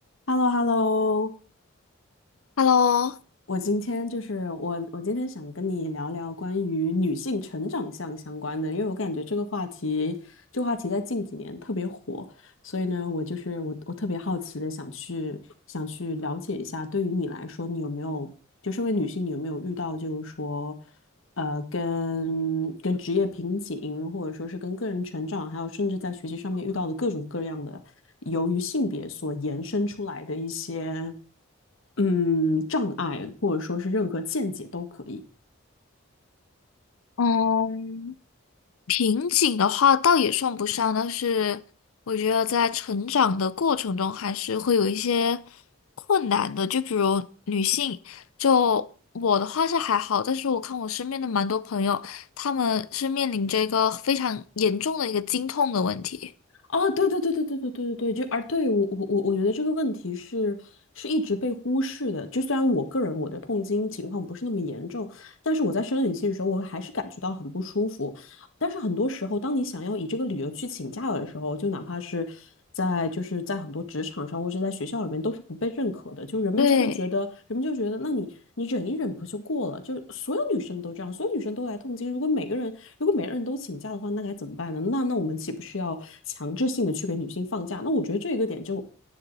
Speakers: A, on the left; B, on the left.
A: h e l l o h e l l o
B: Hello，
A: 我今天就是我，我今天想跟你聊聊关于女性成长项相关的，因为我感觉这个话题，这个话题在近几年特别火，所以呢，我就是我，我特别好奇的想去想去了解一下，对于你来说，你有没有就身为女性，你有没有遇到就是说，呃，跟跟职业瓶颈，或者说是跟个人成长，还有甚至在学习上面遇到的各种各样的，由于性别所延伸出来的一些。嗯，障碍或者说是任何见解都可以。
B: 嗯，瓶颈的话倒也算不上，但是我觉得在成长的过程中还是会有一些困难的。就比如女性，就我的话是还好，但是我看我身边的蛮多朋友，他们是面临着一个非常严重的一个经痛的问题。
A: 哦，对对对对对对对对对，就而对我我我我觉得这个问题是是一直被忽视的。就虽然我个人我的痛经情况不是那么严重，但是我在生理期的时候，我还是感觉到很不舒服。但是很多时候，当你想要以这个理由去请假的时候，就哪怕是在就是在很多职场上或者在学校里面，都是不被认可的。就人们就会觉得，
B: 对。
A: 人们就觉得，那你你忍一忍不就过了？就是所有女生都这样，所有女生都来痛经。如果每个人如果每个人都请假的话，那该怎么办呢？那那我们岂不是要强制性的去给女性放假？那我觉得这个点就